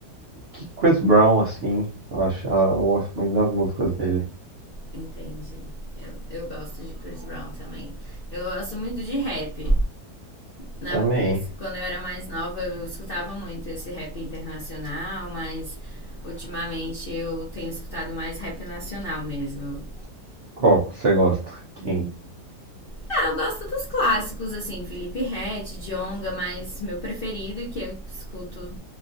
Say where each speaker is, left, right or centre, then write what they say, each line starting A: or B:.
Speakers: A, on the right; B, on the left.
A: que Chris Brown, assim, eu acho, ah, eu gosto muito das músicas dele.
B: Entendi. Eu, eu gosto de Chris Brown também. Eu gosto muito de rap. Na-
A: Também,
B: esse- quando eu era mais nova, eu escutava muito esse rap internacional, mas ultimamente eu tenho escutado mais rap nacional mesmo.
A: qual que você gosta? Quem?
B: Ah, eu gosto dos clássicos, assim, Felipe Ret, Djonga, mas meu preferido, que eu escuto